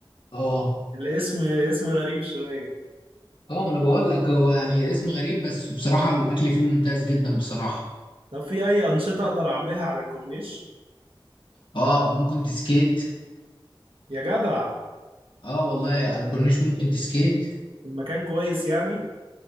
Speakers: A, on the left (about 65°); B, on the right (about 80°).
A: اه
B: الاسم اسم غريب شوية
A: اه ما انا بقول لك هو يعني اسم غريب بس بصراحة الاكل فيه ممتاز جدا بصراحة
B: طب في اي انشطه اقدر اعملها على الكورنيش
A: اه ممكن تسكيت
B: يا جدع
A: اه والله على الكورنيش ممكن تسكيت
B: المكان كويس يعني